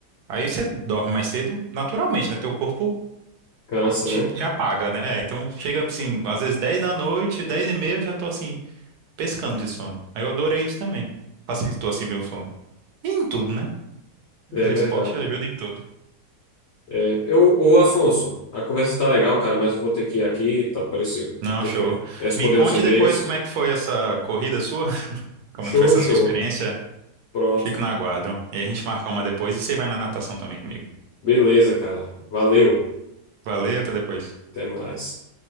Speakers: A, on the right (about 70°); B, on the left (about 70°).
A: aí você dorme mais cedo naturalmente, né? Teu corpo
B: Cansa,
A: te,
B: né?
A: te apaga, né? É, então chega assim, às vezes 10 da noite, 10 e meia eu já tô assim, pescando de sono. Aí eu adorei isso também. Facilitou assim meu sono. E em tudo, né? Os
B: É
A: esportes
B: verdade.
A: ajudam em tudo.
B: É, eu, ô Afonso, a conversa tá legal, cara, mas eu vou ter que ir aqui, tá parecendo.
A: Não,
B: Ter
A: show.
B: que responder
A: Me conte
B: uns e-mails.
A: depois como é que foi essa corrida sua, <laughs> como
B: Show,
A: é que foi essa
B: show.
A: sua experiência.
B: Pronto.
A: Fico na aguardo. E a gente marca uma depois e você vai na natação também comigo.
B: Beleza, cara. Valeu.
A: Valeu, até depois.
B: Até mais.